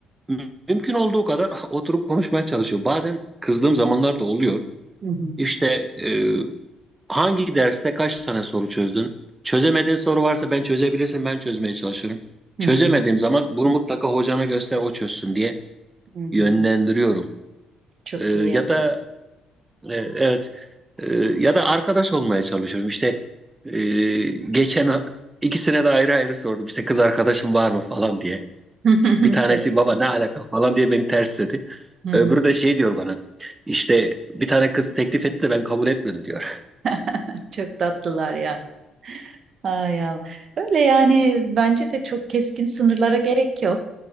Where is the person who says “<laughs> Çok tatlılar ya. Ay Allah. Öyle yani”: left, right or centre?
Right